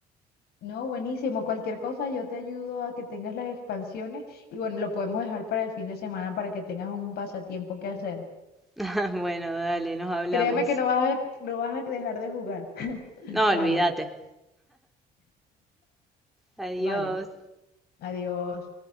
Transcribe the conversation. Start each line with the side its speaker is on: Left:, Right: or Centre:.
Left: No, buenísimo. Cualquier cosa, yo te ayudo a que tengas las expansiones y bueno, lo podemos dejar para el fin de semana para que tengas un pasatiempo que hacer.
Centre: <laughs> Bueno, dale, nos hablamos.
Left: Créeme que no vas a, no vas a dejar de jugar. <laughs>
Centre: No, olvídate.
Left: Vale,
Centre: Adiós.
Left: vale. Adiós.